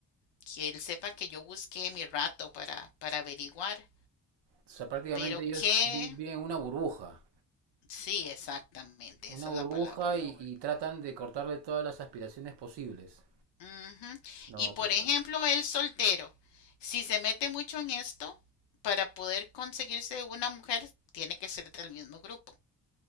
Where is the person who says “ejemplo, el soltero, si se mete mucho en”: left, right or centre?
Left